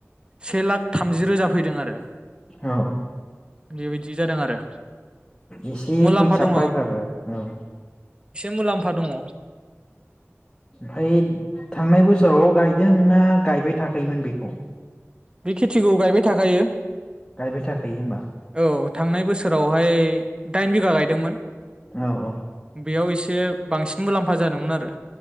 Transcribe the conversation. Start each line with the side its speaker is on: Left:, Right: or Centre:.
Right: से लाख थामजि रोजा फैदों आरो
Left: औ
Right: बेबायदि जादों आरो
Left: एसे
Right: मुलाम्फा
Left: फैसाफायबाबो
Right: दङ
Left: औ
Right: मुलाम्फा दङ
Left: फायद थांनाय बोसोराव गाय जोंना गायबाय थाखायोमोन बेखौ
Right: बे खेथिखौ गायबाय थाखायो
Left: गायबाय थाखायो होमबा
Right: औ थांनाय बोसोरावहाय दाइन बिगा गायदोंमोन।
Left: औ औ
Right: बेयाव एसे बांसिन मुलाम फा जादोंमोन आरो